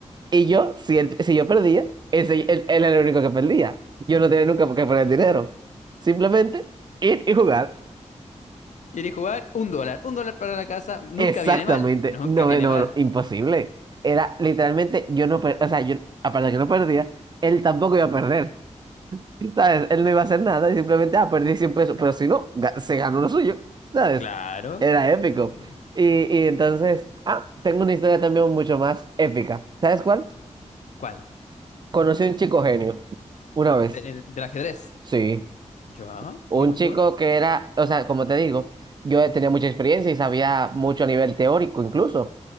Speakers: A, on the right; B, on the left.
A: Y yo, si, el- si yo perdía, ese, él, él era el único que perdía. Yo no tenía nunca por qué poner dinero. Simplemente ir y jugar.
B: ¿Quieres jugar? Un dólar. Un dólar para la casa. Nunca
A: Exactamente.
B: viene mal. Nunca
A: No,
B: viene
A: eh, no,
B: mal.
A: no, imposible. Era literalmente, yo no, per- o sea, yo, aparte de que no perdía, él tampoco iba a perder. ¿Sabes? Él no iba a hacer nada y simplemente, ah, perdí 100 pesos. Pero si no, ga- se ganó lo suyo. ¿Sabes?
B: Claro.
A: Era épico.
B: No.
A: Y, y entonces, ah, tengo una historia también mucho más épica. ¿Sabes cuál?
B: ¿Cuál?
A: Conocí a un chico genio. Una vez.
B: De- de- del ajedrez.
A: Sí.
B: ¿Yo?
A: Un
B: ¿Y qué pasó?
A: chico que era, o sea, como te digo, yo tenía mucha experiencia y sabía mucho a nivel teórico incluso.